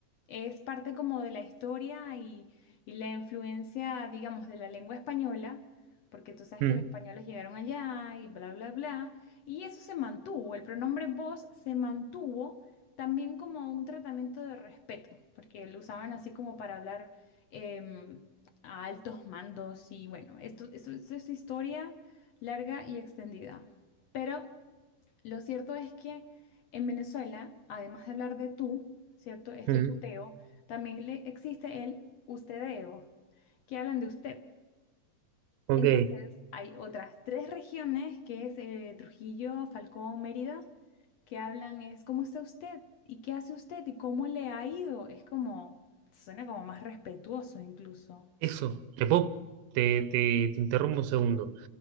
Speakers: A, on the left; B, on the right.
A: Es parte como de la historia y, y la influencia, digamos, de la lengua española, porque tú sabes
B: Mm,
A: que los españoles llegaron allá y bla, bla, bla. Y eso se mantuvo, el pronombre vos se mantuvo también como un tratamiento de respeto, porque lo usaban así como para hablar em, a altos mandos y bueno, esto, esto esto es historia larga y extendida. Pero lo cierto es que en Venezuela, además de hablar de tú, ¿cierto? Este
B: mm,
A: tuteo, también le existe el ustedeo, que hablan de usted.
B: ok,
A: Entonces, hay otras tres regiones, que es eh, Trujillo, Falcón, Mérida, que hablan es ¿cómo está usted? ¿Y qué hace usted? ¿Y cómo le ha ido? Es como, suena como más respetuoso incluso.
B: eso, te puedo- te, te- te interrumpo un segundo.